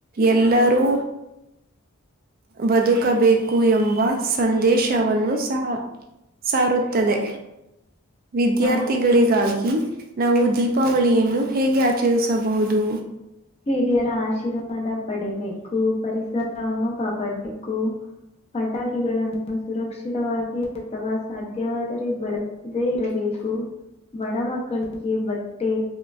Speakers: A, on the right; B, on the left.
A: ಎಲ್ಲರೂ ಬದುಕಬೇಕು ಎಂಬ ಸಂದೇಶವನ್ನು ಸಹ ಸಾರುತ್ತದೆ ವಿದ್ಯಾರ್ಥಿಗಳಿಗಾಗಿ
B: ಆ,
A: ನಾವು ದೀಪಾವಳಿಯನ್ನು ಹೇಗೆ ಆಚರಿಸಬಹುದು
B: ಹಿರಿಯರ ಆಶೀರ್ವಾದ ಪಡಿಬೇಕು ಪರಿಸರವನ್ನು ಕಾಪಾಡ್ಬೇಕು ಪಟಾಕಿಗಳನ್ನು ಸುರಕ್ಷಿತವಾಗಿ ಅಥವಾ ಸಾಧ್ಯವಾದರೆ ಬಳಸ ಅದೇ ಇರಬೇಕು ಬಡ ಮಕ್ಕಳಿಗೆ ಬಟ್ಟೆ